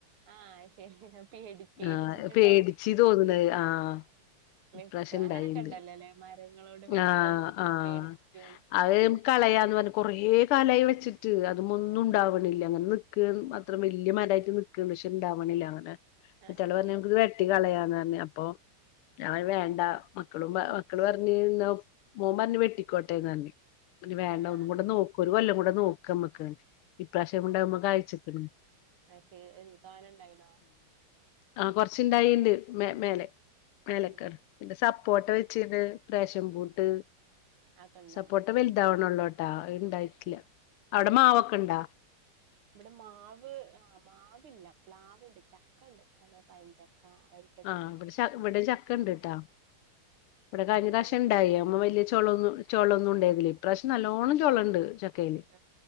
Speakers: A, on the right (about 80°); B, on the left (about 85°).
A: ആഹ് ശരി ഞാ പേടി പേടിച്ചിട്ടുണ്ടാവും
B: ആഹ് പേടിച്ച് തോന്ന്ണ്. ആഹ്
A: വെട്ടും
B: ഇപ്രാവശ്യണ്ടയേണ്ട്
A: അങ്ങനൊക്കെ ഇണ്ടല്ലോല്ലേ മരങ്ങളോട് വെട്ടും
B: ആഹ് ആഹ്
A: പേടിപ്പിക്കും
B: അയ് കളയാന്ന് പറഞ്ഞ് കൊറേ കലായി വെച്ചിട്ട് അത് മൊന്നും ഇണ്ടാവ്ണില്ല
A: ആഹ്
B: ഇങ്ങനെ ക്ക് അത്തറ വല്യ മരായിട്ട് നിക്ക്ണ്ട് പക്ഷെ ഇണ്ടാവ്ണില്ല അങ്ങനെ
A: ആഹ്
B: മറ്റാള് പറഞ്ഞ്
A: ശരി
B: നമക്ക് ഇത് വെട്ടി കളയാന്ന് പറഞ്ഞ് അപ്പൊ ഞാൻ പറഞ്ഞ് വേണ്ട മക്കളും മക്കള് പറഞ്ഞ് മോൻ പറഞ്ഞ് വെട്ടിക്കോട്ടെന്ന് പറഞ്ഞ് ഇനി വേണ്ട
A: ആഹ് ആഹ്
B: ഒന്നും കൂടെ നോക്ക് ഒരു കൊല്ലം കൂടെ നോക്കമ്മക്ക് ഇപ്രാവശ്യം ഇണ്ടാവുമ്പോ കഴ്ചച്ച്ക്ക്ണ്.
A: പക്ഷെ ഒരു താന ഇണ്ടായിണോ
B: ആഹ് കൊറച്ച്ണ്ടായിണ്ട് മേ മേലെ മേലക്ക്
A: ആഹ്
B: പിന്നെ സപ്പോട്ട വെച്ചിന്, ഫേഷൻ ഫ്രൂട്ട്
A: അതൊക്കെണ്ടോ
B: സപ്പോട്ട വലുതാവ്ണൊള്ളു ണ്ടാ അത് ഇണ്ടായിട്ടില്ല. അവടെ മാവൊക്കെണ്ടോ
A: ഇവടെ മാവ് ആഹ് മാവില്ല പ്ലാവ്ണ്ട് ചക്ക ഇണ്ട് നല്ലെ പഴം ചക്ക വര്
B: ആഹ് ഇവ്ടെ ഇവടെ ചക്കണ്ട്ട്ടോ, ഇവടെ കഴിഞ്ഞ
A: ഇപ്പ ഇണ്ടല്ലോ
B: പ്രാവശ്യം ഇണ്ടായി അമ്മ വലിയ ചോളൊന്ന് ചോളൊന്നുണ്ടായിരുന്നില്ലെ ഇപ്രാവിശ്യം നല്ലോണം ചോളണ്ട് ചക്കയില്
A: ആ,